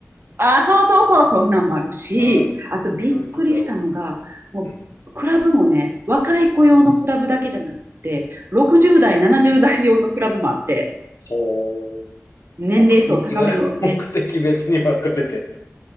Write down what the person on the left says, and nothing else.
うん。
そういうとこが多くて
うん。
ほう。
目的が、<laughs> 目的別に分かれてる。